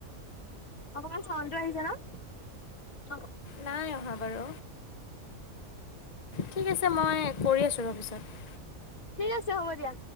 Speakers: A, on the left; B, on the left.
A: অকমান চাউণ্ডটো আহিছে ন'? অ'।
B: নাই অহা বাৰু। ঠিক আছে মই কৰি আছোঁ ৰ' পিছত।
A: ঠিক আছে হ'ব দিয়া।